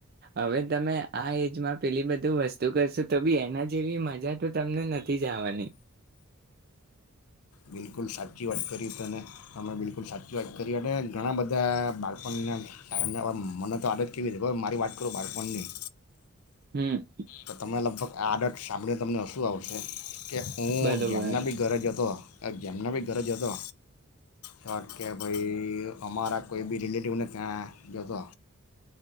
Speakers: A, on the right; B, on the left.
A: હવે તમે આ એજમાં પેલી બધું વસ્તુ કરશો, તો બી એના જેવી મજા તો તમને નથી જ આવાની
B: બિલકુલ સાચી વાત કરી તને તમે બિલકુલ સાચી વાત કરી. અને ઘણા બધા બાળપણને ટાઈમના હવે મને તો આદત કેવી હતી ખબરે હવે મારી વાત કરું બાળપણની
A: હમ્મ
B: તો તમે લગભગ આ આડટ સાંભળીને તમને હશું, આવશે. કે હું
A: બરોબર
B: જેમના બી ઘરે જતો અ જેમના બી ઘરે જતો હહ કે ભઈ અમારા કોઈ બી રિલેટિવને ત્યાં જતો